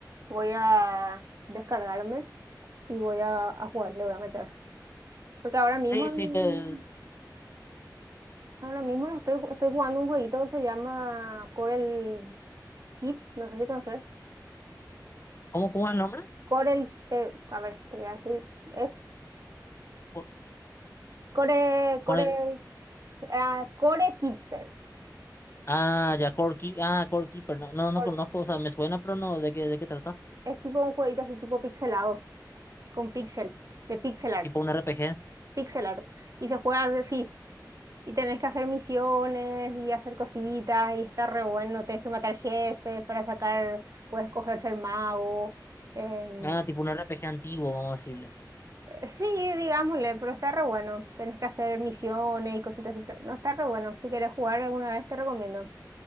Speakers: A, on the right (about 50°); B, on the left (about 35°).
A: voy a descargarme y voy a, a jugar, le voy a meter. Porque ahora mismo,
B: Sí,
A: mm,
B: sí, te,
A: ahora mismo estoy, estoy jugando un jueguito que se llama Corel Keep, no sé si conoces.
B: ¿cómo, cómo es el nombre?
A: Corel, eh, a ver, te voy a decir, es
B: Cor-
A: Core, Core,
B: Con el,
A: ah, Core Keeper.
B: ah, ya, Core Keep- ah, Core Keeper, no, no, no
A: Cor-
B: conozco, o sea, me suena, pero no, ¿de qué, de qué trata?
A: Es tipo un jueguito así tipo pixelado, con pixel, de pixel art,
B: Tipo un RPG.
A: pixel art. Y se juega así, y tenés que hacer misiones y hacer cositas, y está re bueno, tenés que matar jefes para sacar, puedes coger ser mago. em,
B: Ah, tipo un R P G antiguo, vamos a decirle.
A: sí, digámosle, pero está re bueno. Tenés que hacer misiones y cositas. y ta- No está re bueno. Si quieres jugar alguna vez, te recomiendo